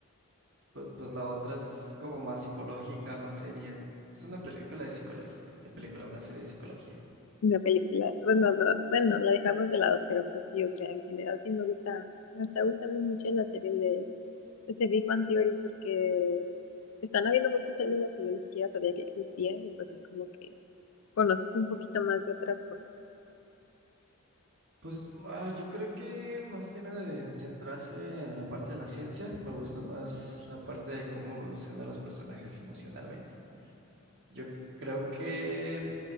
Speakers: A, on the right; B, on the left.
A: pu- Pues, la otra es como más psicológica, más seria. Es una película de psicología. ¿Qué película? Una serie de psicología.
B: una película. Bueno, no, bueno, la dejamos de lado, pero pues sí, o sea, en general sí me gusta, me está gustando mucho la serie de, de The Big Bang Theory porque están habiendo muchos términos que yo ni siquiera sabía que existían y pues es como que conoces un poquito más de otras cosas.
A: Pues ah, yo creo que más que nada de centrarse en la parte de la ciencia, me gusta más la parte de cómo evolucionan los personajes emocionalmente. Yo creo que,